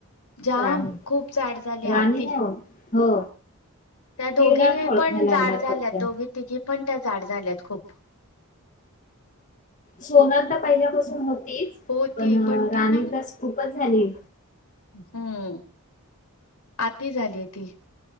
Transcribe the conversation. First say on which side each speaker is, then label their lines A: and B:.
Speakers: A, on the left; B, on the left.
A: जाम
B: राणी
A: खूप जाड झाली
B: राणी
A: आती
B: नाही हो हो
A: त्या दोघी
B: तिला नाही ओळखायला
A: पण जाड
B: येणार
A: झाल्यात
B: पटकन
A: दोघी तिघी पण त्या जाड झाल्यात खूप
B: सोनल तर पहिल्यापासून होतीच
A: हो
B: पण
A: ती
B: राणी
A: ती ना
B: तरंच खूपच झाली
A: हम्म आती झालीय ती